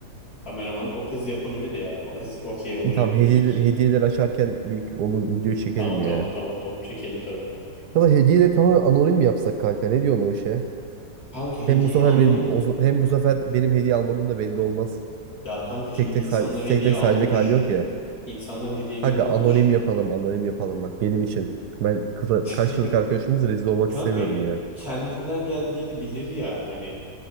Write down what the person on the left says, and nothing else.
Kameraman o kız yapabilir ya. O kız okey olur yani
gelir.
Tamam tamam
tamam tamam çekelim tabii.
Kanka hediyeyi
anonim.
Ya kanka şimdi
insanlar
hediye
almış.
İnsanlar hediyelerini
almış.
<laughs>
Kanka
kendinden geldiğini bilir ya hani.